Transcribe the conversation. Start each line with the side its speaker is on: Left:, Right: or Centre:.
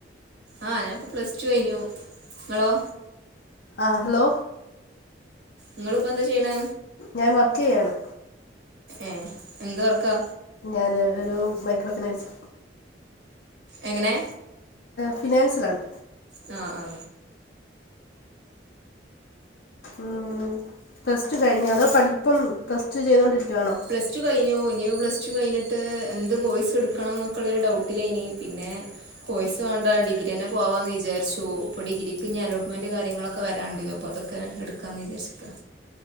Right: ആഹ ഞാൻ ഇപ്പോ പ്ലസ് ടു കയിഞ്ഞു ങ്ങളോ?
Left: ആഹ ഹലോ
Right: ങ്ങളിപ്പോ എന്താ ചെയ്യണ?
Left: ഞാൻ വർക്ക് ചെയ്യാണ്.
Right: ഏ എന്ത് വർക്കാ?
Left: ഞാന് ഒരു മൈക്രോ ഫിനാൻസ്
Right: എങ്ങനെ?
Left: ഫിനാൻസറാണ്
Right: ആ ആ
Left: ഉ പ്ലസ്റ്റ് കഴിഞ്ഞ അതോ പഠിപ്പം പ്ലസ് ടു ചെയ്തൊണ്ടിരിക്കുവാണോ?
Right: പ്ലസ് ടു കഴിഞ്ഞു ഇനി പ്ലസ് ടു കഴിഞ്ഞിട്ട് എന്ത് കോഴ്സ് എടുക്കണന്നൊക്കുള്ളരു ഡൗട്ടിലേനി പിന്നെ കോഴ്സ് വേണ്ട ഡിഗ്രി തന്നെ പോവാന്ന് വിചാരിച്ചു ഇപ്പൊ ഡിഗ്രിക്ക് ഇനി അലോട്ട്മെന്റ് കാര്യങ്ങളൊക്കെ വരാണ്ട് അപ്പ അതൊക്കെ എടുക്കാന്ന് വിചാരിച്ചിക്കാ